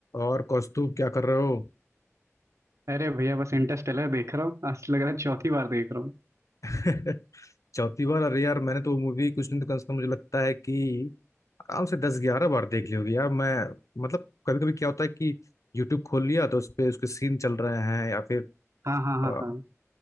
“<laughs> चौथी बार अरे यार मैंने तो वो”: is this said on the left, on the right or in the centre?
Left